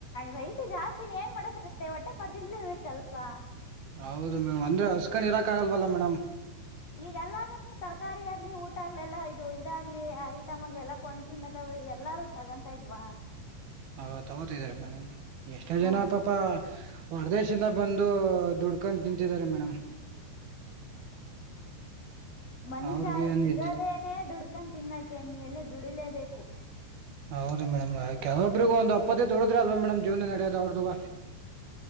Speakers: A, on the left; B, on the right.
A: ರೈಟ್ ಜಾಸ್ತಿನ ಏನ್ ಮಾಡಕ್ ಆಗತ್ತೆ ಹೊಟ್ಟೆ ಪಾಡು ತಿನ್ನಲೆ ಬೇಕಲ್ವಾ
B: ಹೌದು ಮೇಡಮ್ ಅಂದ್ರೆ ಹಸ್ಕೂಡ್ ಇರಾಕ್ ಆಗಲ್ವಲ್ಲ ಮೇಡಮ್
A: ಈಗೆಲ್ಲ ತರಕಾರಿ ಆಗ್ಲಿ ಊಟ ಆಗ್ಲೆಲ್ಲಾ ಇದು ಇದಾಗ್ಲಿ ಐಟಮ್ ಆಗ್ಲೆ ಎಲ್ಲ ಕೊಂಡ್ ತಿನ್ನದ ಎಲ್ಲಾರು ತಗೊಂತಾ ಇಲ್ವಾ
B: ಹ ತಗೋತಿದಿದ್ದಾರೆ ಮೇಡಮ್ ಎಷ್ಟೋ
A: ಹ್ಞೂ
B: ಜನ ಪಾಪ ಹೊರದೇಶಿಂದ ಬಂದು ದುಡ್ಕೊಂಡ ತಿಂತಿದ್ದಾರೆ ಮೇಡಮ್
A: ಮನ್ಷ್
B: ಅವ್ರಿಗೇನು
A: ಇರದೇನೇ
B: ಇದ್ದಿಲ್ಲ
A: ದುಡ್ಕೊಂಡ ತಿನ್ನಕ ಅಂದ್ಮೇಲೆ ದುಡಿಲೇಬೇಕು
B: ಹೌದು ಮೇಡಂನ ಕೆಲವರಿಗೆ ಒಂದ ಅಪ್ಪತ್ತದ ದೊಡ್ರ ಅಲ್ವಾ ಮೇಡಮ್ ಜೀವನ ನಡೋದ ಅವ್ರದ್ದ